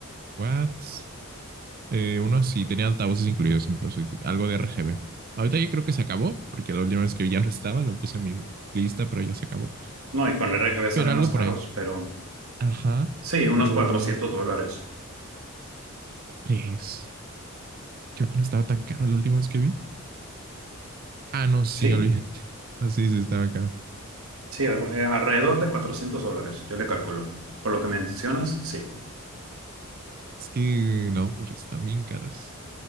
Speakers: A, on the right (about 45°); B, on the right (about 85°).
A: watts, eh, uno así, tenía altavoces incluidos incluso, y t- algo de RGB. Ahorita ya creo que se acabó, porque la última vez que ya no estaba, lo puse en mi lista, pero ya se acabó.
B: No, y con RGB salen
A: Pero algo
B: más caros,
A: por ahí.
B: pero
A: Ajá,
B: sí, unos
A: pero
B: 400 dólares.
A: ¿crees? Creo que no estaba tan caro la última vez que vi. Ah, no, sí,
B: Sí,
A: olvídate. Así sí sí, estaba caro.
B: sí, algo- eh, alrededor de 400 dólares, yo le calculo. Por lo que mencionas, sí.
A: Es que no, hombre, están bien caros.